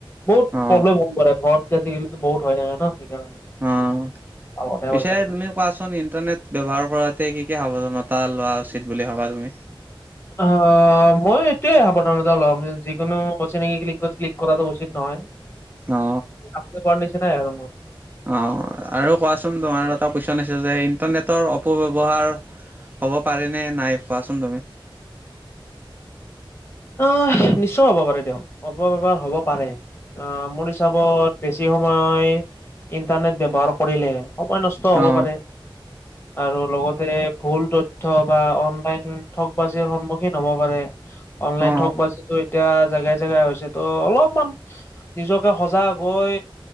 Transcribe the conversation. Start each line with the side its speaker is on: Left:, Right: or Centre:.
Left: বহুত
Right: অ
Left: প্ৰব্লেম হব পাৰে ঘৰত <unintelligible> বহুত হৈ থাকে ন? সেইকাৰণে।
Right: অ',
Left: ভাল কথাই
Right: পিছে
Left: কৈছা
Right: তুমি কোৱাচোন ইণ্টাৰনেট ব্যৱহাৰ কৰাতে কি-কি সাৱধানতা লোৱা উচিত বুলি ভাবা তুমি?
Left: অ মই এইটোৱে সাৱধানতা ল'ম যিকোনো অচিনাকি কিংত ক্লিক কৰাটো উচিত নহয়।
Right: অ
Left: আপুনি কোৱা ‌নিচিনাই আৰু
Right: অ', আৰু কোৱাচোন আৰু এটা কোৱেচন আছে যে ইণ্টাৰনেটৰ অপব্যৱহাৰ হ'ব পাৰে নে নাই কোৱাচোন তুমি?
Left: অ', নিশ্চয় হ'ব পাৰে দিয়ক অপব্যৱহাৰ হ'ব পাৰে। অ, মোৰ হিচাপত বেছি সময় ইণ্টাৰনেট ব্যৱহাৰ কৰিলে সময় নষ্ট হ'ব
Right: অ
Left: পাৰে, আৰু লগতে ভুল তথ্য‌ বা অনলাইন ঠগ বাজিৰ সন্মুখীন হ'ব পাৰে। অনলাইন
Right: অ
Left: থকবাজি টো এতিয়া জেগাই জেগা হৈছে তহ অলপমান নিজকে সজাগ গৈ